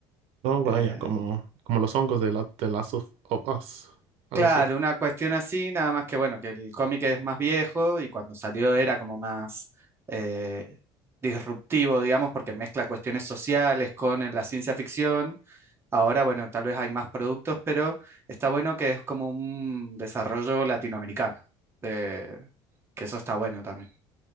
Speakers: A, on the right; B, on the right.
A: No, vaya,
B: Eh,
A: como, como los hongos de la, The Last of, of Us, algo
B: Claro,
A: así.
B: una cuestión así, nada más que bueno, que el cómic es más viejo y cuando salió era como más eh, disruptivo, digamos, porque mezcla cuestiones sociales con eh, la ciencia ficción. Ahora, bueno, tal vez hay más productos, pero está bueno que es como un desarrollo latinoamericano, de- que eso está bueno también.